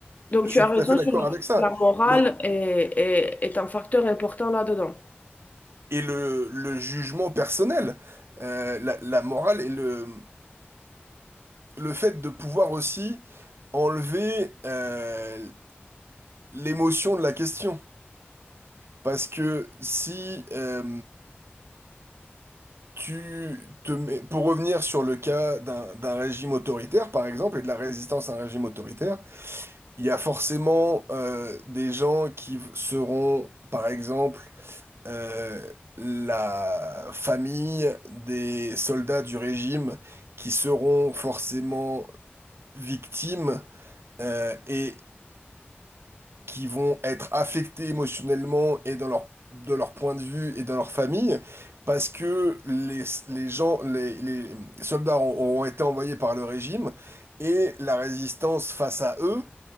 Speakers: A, on the right; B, on the left.
A: je
B: donc
A: suis
B: tu as
A: tout
B: raison
A: à fait d'accord
B: sur le
A: avec
B: fait que
A: ça.
B: la morale
A: Mais
B: est, est, est un facteur important là-dedans.
A: et le, le jugement personnel, euh, la, la morale et le, le fait de pouvoir aussi enlever euh, l'émotion de la question. Parce que si euh, tu te mets, pour revenir sur le cas d'un d'un régime autoritaire, par exemple, et de la résistance à un régime autoritaire, il y a forcément euh, des gens qui seront, par exemple, euh, la famille des soldats du régime qui seront forcément victimes euh, et qui vont être affectés émotionnellement et dans leur, de leur point de vue et dans leur famille, parce que les, les gens, les, les soldats ont, ont été envoyés par le régime et la résistance face à eux